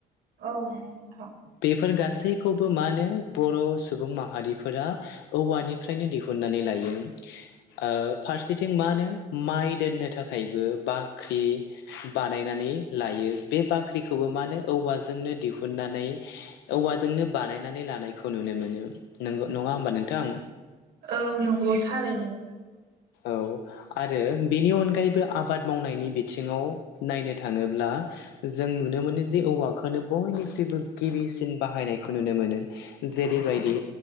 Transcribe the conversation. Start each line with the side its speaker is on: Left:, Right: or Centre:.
Right: औ नोंथां
Left: बेफोर गासै खौबो मानो बर' सुबुं माहारिफोरा औवानि फ्रायनो दिनानै लायो ओ फारसेथिं मानो माइ दोननो थाखायबो बाख्रि बानायनानै लायो बे बाख्रिखौबो मा होनो औवाजोंनो दिहुननानै औवाजोंनो बानायनानै लानायखौ नुनो मोनो नंगौ नङा होमबा नोंथां
Right: औ नंगौ थारैनो
Left: औ आरो बेनि अनगायैबो आबाद मावनायनि बिथिङाव नायनो थाङोब्ला जों नुनो मोनो जे औवाखौनो बयनिख्रुइबो गिबिसिन बाहायनायखौ नुनो मोनो जेरैबायदि